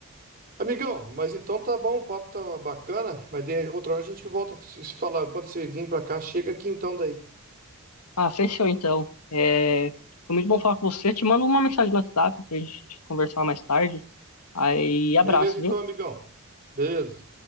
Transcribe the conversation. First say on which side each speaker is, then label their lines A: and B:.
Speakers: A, on the right; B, on the left.
A: Amigão, mas então tá bom, o papo tá bacana, mas daí outra hora a gente volta a se se falar. Quando você vir pra cá, chega aqui então daí.
B: Ah, fechou então. É, foi muito bom falar com você. Te mando uma mensagem no WhatsApp pra gente conversar mais tarde. Aí, abraço,
A: Beleza então,
B: viu?
A: amigão? Beleza.